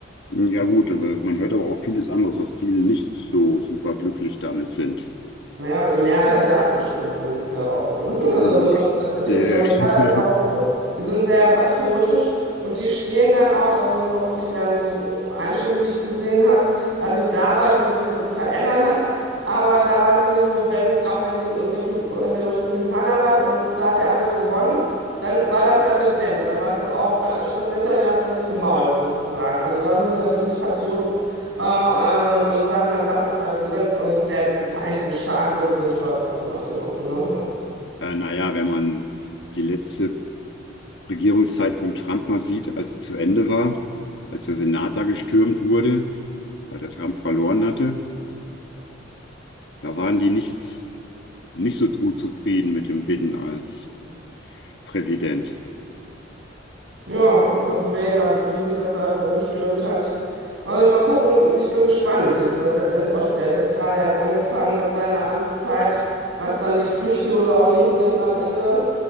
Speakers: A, on the left (about 65°); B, on the right (about 80°).
A: Ja gut, aber man hört aber auch vieles anderes, dass viele nicht so super glücklich damit sind.
B: Naja, aber die Mehrheit hat ja abgestimmt, so sieht es ja aus. Ne? <laughs>
A: Mm,
B: Also das muss man akzeptieren.
A: Äh,
B: Und die Amerikaner
A: <laughs>
B: sind auch so, die sind sehr patriotisch und die stehen dann auch, also das ist auch wirklich deren so Einstellung, die ich gesehen habe, als ich da war, ich weiß nicht, ob sich das jetzt verändert hat, aber da war es wirklich so, wenn, auch wenn, ich ein Replu wenn du Republikaner warst und da hat der andere gewonnen, dann war das dein Präsident, dann warst du auch, äh, standst du hinter dem, hast dann nicht gemault sozusagen. Also da sind die dann wirklich patriot äh, und, und sagen dann, das ist mein Präsident und der Vereinigten Staaten und wir sind stolz drauf, so nach dem Motto, ne? Ja.
A: äh, naja, wenn man die letzte Regierungszeit von Trump mal sieht, als sie zu Ende war, als der Senat da gestürmt wurde, weil der Trump verloren hatte. Da waren die nicht, nicht so gut zufrieden mit dem Biden als Präsident.
B: Ja, deswegen, also wie sich das da so umgestürmt hat. Also ich mal gucken, ich bin gespannt, wie sich das letztendlich ausspielt. Der hat jetzt gerade erst angefangen mit seiner Amtszeit, was dann die Früchte oder auch nicht sind am Ende.